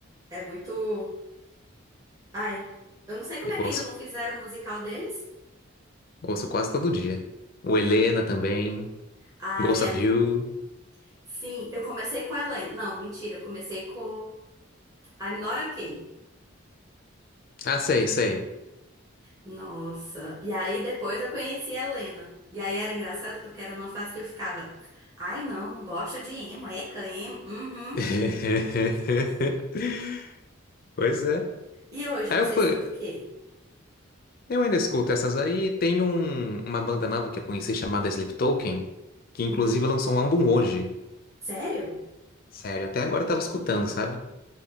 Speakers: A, on the right; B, on the left.
A: é muito. Ai, eu não sei como
B: Eu
A: é que ainda
B: ouço,
A: não fizeram o musical deles.
B: ouço quase todo dia. O Helena também.
A: Ai,
B: Ghost
A: Helena.
B: of You.
A: Sim, eu comecei com Helena. Não, mentira, eu comecei com I'm Not Okay.
B: Ah, sei, sei.
A: Nossa. E aí depois eu conheci a Helena. E aí era engraçado porque era numa fase que eu ficava. Ai, não, não gosto de emo, é, eca, emo. Uhum.
B: <laughs> Pois é.
A: E hoje
B: Aí
A: você
B: eu fui.
A: escuta o quê?
B: Eu ainda escuto essas aí. Tem um, uma banda nova que eu conheci chamada Sleep Token, que inclusive
A: Uhum.
B: lançou um álbum hoje.
A: Sério?
B: Sério, até agora eu tava escutando, sabe?